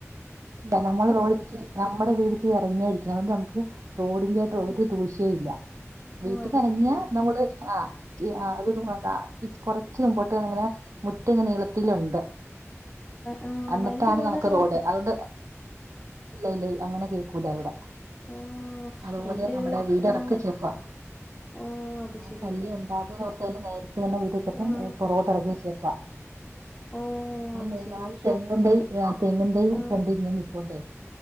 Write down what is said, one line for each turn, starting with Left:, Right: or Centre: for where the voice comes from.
Right: നമ്മുടെ വീടക്ക് ഇറങ്ങിയയിരിക്കണം അതൊണ്ട് നമുക്ക് റോഡിന്റെ
Left: ആഹ്
Right: ഒരു ദൂഷ്യോം ഇല്ല വീട്ടിനറങ്ങിയാ
Left: ഓ അത് ശരി
Right: നമ്മള് ആഹ് അത് കുറച്ച് മുമ്പോട്ട് അങ്ങനെ മുറ്റം നീളത്തിലുണ്ട്
Left: ആ
Right: എന്നിട്ടാണ്
Left: വണ്ടി പോകുന്ന
Right: നമുക്ക്
Left: സ്
Right: റോഡ് അതുകൊണ്ട് ഇല്ല ഇല്ല അങ്ങനെ കേക്കൂല ഇവിടെ
Left: ഓ
Right: അതുപോലെ
Left: എന്റെ
Right: നമ്മടെ
Left: ഒരു
Right: വീട് <unintelligible>
Left: ആഹ് ഓ അത്
Right: ആ
Left: ശെരി
Right: ശല്യം ഉണ്ടാകുന്നൊർത്ത തന്നെ നേരത്തെ തന്നെ വീട്
Left: ആഹ്
Right: പുറകോട്ട് ഇറുകി വെച്ചേക്കുവാ
Left: ഓ
Right: ആ
Left: അത്
Right: മൂന്നാല്
Left: ശെരി
Right: തെങ്ങിൻ തൈ തെങ്ങിൻ തൈയും
Left: ആഹ്
Right: കണ്ട് ഇങ്ങു നിക്കണ്ടേ